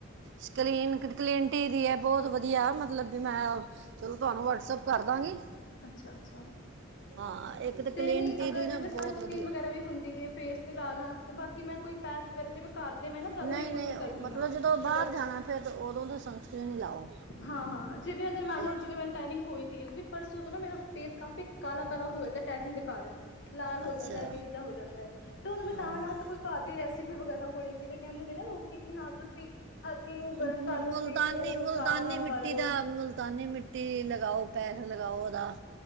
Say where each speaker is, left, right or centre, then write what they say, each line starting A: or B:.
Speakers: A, on the right; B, on the left.
A: ਸਕਲੀਨ ਕਲੀਨਟੀ ਦੀ ਏ ਬਹੁਤ ਵਧੀਆ ਮਤਲਬ ਵੀ ਮੈਂ ਚਲੋ ਤੁਹਾਨੂੰ ਵਟਸਐਪ ਕਰਦਾਂ ਗੀ।
B: ਅੱਛਾ, ਅੱਛਾ।
A: ਹਾਂ ਇੱਕ ਕਲੀਨਟੀ
B: ਤੇ ਨਹੀਂ ਅਗਰ
A: ਦੀ ਨਾ
B: ਜਿਵੇਂ ਸਨਸਕੀਨ
A: ਬਹੁਤ ਵਧੀਆ
B: ਵਗੈਰਾ ਵੀ ਹੁੰਦੀ ਐ। ਫੇਸ ਤੇ ਲਾ ਲਾਸਤੇ ਬਾਕੀ ਮੈਂ ਕੋਈ ਪੈਕ ਵਗੈਰਾ ਜਿਵੇਂ ਘਰ ਦੇ ਮੈਂ ਨਾ ਜ਼ਿਆਦਾ
A: ਨਹੀਂ
B: ਯੂਜ
A: ਨਹੀਂ
B: ਕਰਦੀ
A: ਮਤਲਬ
B: ਆ
A: ਜਦੋਂ
B: ਪ੍ਰੋਡਕਟਸ।
A: ਬਾਹਰ ਜਾਣਾ ਫਿਰ ਤਾਂ ਉਦੋਂ ਤਾਂ ਸਨਸਕ੍ਰੀਨ ਹੀ ਲਾਓ
B: ਹਾਂ, ਹਾਂ ਜਿਵੇਂ ਅਗਰ ਮੰਨ
A: ਤੇ-
B: ਲੋਓ ਜਵੇਂ ਮੈਨ ਟੈਨਿੰਗ ਹੋਈ ਸੀ ਕਿ ਪਰਸੋ ਤੇ ਨਾ ਮੇਰਾ ਫੇਸ ਕਾਫੀ ਕਾਲਾ, ਕਾਲਾ ਹੋਇਆ ਟੈਨਿੰਗ ਕਾਰਨ ਲਾਲ ਹੋ
A: ਅੱਛਾ
B: ਜਾਂਦਾ ਐ। ਜੀਵ ਜਿਹਾ ਹੋ ਜਾਂਦਾ ਤੇ ਉਹਨੂੰ ਮਿਟਾਉਣ
A: ਹਾਂ
B: ਵਾਸਤੇ
A: ਹਾਂ
B: ਕੋਈ ਘਰ ਦੀ ਰੈਸਿਪੀ ਵਗੈਰਾ ਹੋਣੀ ਜਿਵੇਂ ਕਹਿੰਦੇ ਸੀ ਨਾ ਲੋਕੀ ਕਿ ਹਾਂ ਤੁਸੀਂ ਹਲਦੀ ਨੂੰ ਗਰਮ
A: ਮ-
B: ਕਰ ਲੋ
A: ਮੁਲਤਾਨੀ
B: ਸੇਖ ਲੋ
A: ਮੁਲਤਾਨੀ
B: ਚਾਕ ਡਨ
A: ਮਿੱਟੀ
B: ਕਰ ਲੋ।
A: ਦਾ ਮੁਲਤਾਨੀ ਮਿੱਟੀ ਲਗਾਓ ਪੈਕ ਲਗਾਓ। ਉਹਦਾ